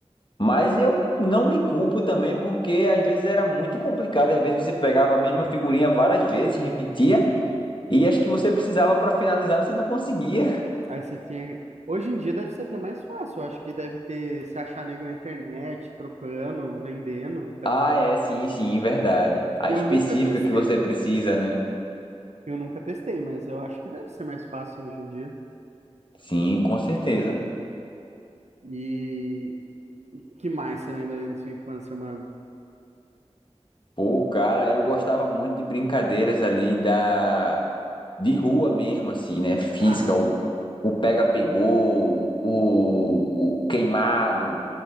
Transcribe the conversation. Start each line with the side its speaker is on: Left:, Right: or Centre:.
Left: Mas eu não me culpo também, porque às vezes era muito complicado, às vezes você pegava a mesma figurinha várias vezes, repetia, e acho que você precisava pra finalizar, você não conseguia. <laughs>
Right: Aí você tinha. Hoje em dia deve ser até mais fácil. Eu acho que deve ter se achar nego na internet, trocando, vendendo, tá
Left: Ah,
Right: ligado?
Left: é, sim, sim, verdade. A
Right: Eu
Left: específica
Right: nunca testei.
Left: que você precisa, né?
Right: Eu nunca testei, mas eu acho que deve ser mais fácil hoje em dia.
Left: Sim, com certeza.
Right: E que mais você lembra aí da sua infância, mano?
Left: Pô, cara, eu gostava muito de brincadeiras ali da de rua mesmo, assim, né? Física,
Right: Ah,
Left: o, o pega-pegou, o, o queimado,